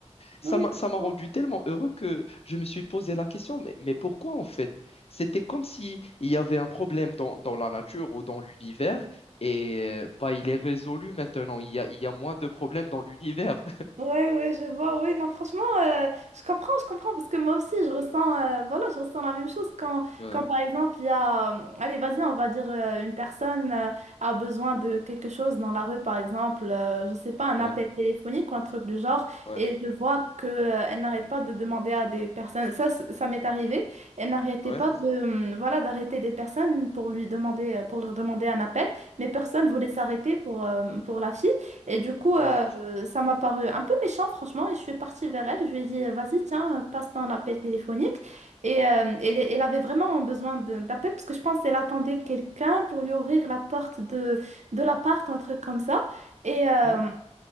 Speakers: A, on the left (about 55°); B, on the right (about 80°).
A: ça
B: Oui,
A: m'a
B: je
A: ça m'a
B: comprends.
A: rendu tellement heureux que je me suis posé la question, mais, mais pourquoi en fait? C'était comme si il y avait un problème dans, dans la nature ou dans l'univers et euh, bah, il est résolu maintenant. Il y a, il y a moins de problèmes dans l'univers.
B: Ouais, ouais, je vois, ouais, non, franchement, euh, je comprends, je comprends, parce que moi aussi, je ressens, euh, voilà, je ressens la même chose quand,
A: <laughs> Ouais,
B: quand par exemple, il y a, euh, allez, vas-y, on va dire, euh, une personne euh, a besoin de quelque chose dans la rue, par exemple, euh, je sais pas, un
A: ouais,
B: appel téléphonique ou un truc du genre,
A: ouais.
B: et je vois que, euh, elle n'arrête pas de demander à des personnes, ça, c- ça m'est arrivé, elle n'arrêtait
A: Ouais,
B: pas de, euh, voilà, d'arrêter des personnes pour lui demander, euh, pour leur demander un appel, mais personne voulait s'arrêter pour, euh, pour la fille. Et du coup, euh,
A: ouais,
B: ça m'a paru un peu méchant, franchement, et je suis partie vers elle. Je lui ai dit, euh, vas-y, tiens, euh, passe ton appel téléphonique. Et euh, elle, elle avait vraiment besoin de- d'appel parce que je pense qu'elle attendait quelqu'un pour lui ouvrir la porte de, de l'appart, un truc comme ça. Et, euh,
A: hmm,